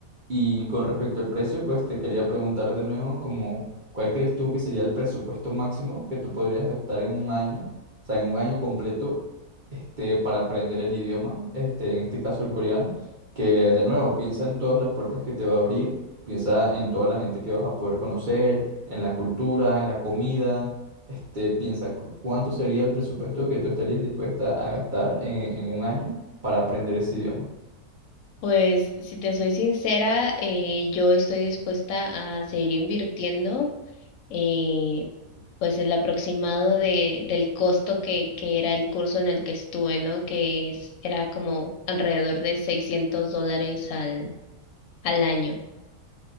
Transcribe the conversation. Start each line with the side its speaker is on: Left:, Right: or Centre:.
Right: Y con respecto al precio, pues te quería preguntar de nuevo, como, ¿cuál crees tú que sería el presupuesto máximo que tú podrías gastar en un año, o sea, en un año completo, este, para aprender el idioma, este, en este caso el coreano, que de nuevo piensa en todas las puertas que te va a abrir, piensa en toda la gente que vas a poder conocer, en la cultura, en la comida, este, piensa cu- cuánto sería el presupuesto que tú estarías dispuesta a gastar en, en un año para aprender ese idioma.
Left: Pues si te soy sincera, eh, yo estoy dispuesta a seguir invirtiendo, eh, pues el aproximado de, del costo que, que era el curso en el que estuve, ¿no? Que es- era como alrededor de 600 dólares al, al año.